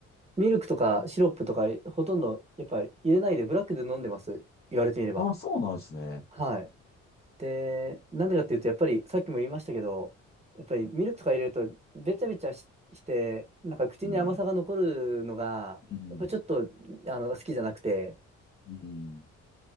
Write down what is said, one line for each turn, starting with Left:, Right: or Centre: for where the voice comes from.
Right: ミルクとかシロップとか、ほとんどやっぱり入れないでブラックで飲んでます。言われてみれば。
Left: ああ、そうなんですね。
Right: はい。で、なんでかっていうと、やっぱりさっきも言いましたけど、やっぱりミルクとか入れると、べちゃべちゃし、して、なんか口に甘さが残るのが、
Left: うん。うん。
Right: やっぱりちょっとあの好きじゃなくて、
Left: うん。